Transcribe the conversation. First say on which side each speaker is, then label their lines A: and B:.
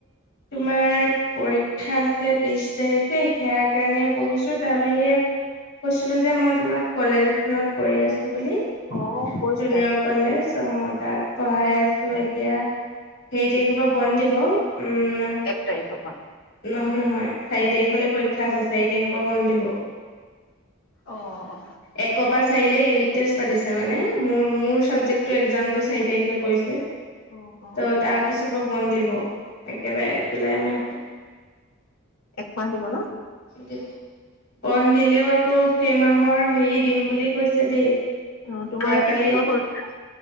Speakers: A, on the left; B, on the left.
A: তোমাৰ পৰীক্ষা আছে ত্ৰিশ তাৰিখে। সেয়াৰ কাৰণে পঢ়িছো তাৰ বাহিৰে কৈছিলো যে মই তোমাক কলেজ এখনত কৰি আছো। বুলি
B: অ কৈছিলা
A: জুনিয়ৰ কলেজ, অ তাত পঢ়াই আছো
B: হয়
A: এতিয়া। <unintelligible> বন দিব। উম
B: এক তাৰিখৰ পৰা।
A: উম নহয়। চাৰি তাৰিখলে পৰীক্ষা আছে, চাৰি তাৰিখৰ পৰা বন্ধ দিব।
B: অ অ।
A: একৰ পা চাৰী লে ইউনিট টেষ্ট পতিছে মানে, মোৰ চাবজেক্টটো এক্সামটো চাৰি তাৰিখে পৰিছে।
B: অ অ
A: ত চবৰ বন্ধ দিব। একেবাৰে জুলাই মাহটো।
B: একমাহ দিব ন?
A: দিব বন্ধ দিলেও আকৌ সেই মাহৰ হেৰি দিম বুলি কৈছে দেই।
B: অ তোমাৰ
A: যোৱাকালি
B: এইটো কিহৰ পৰীক্ষা?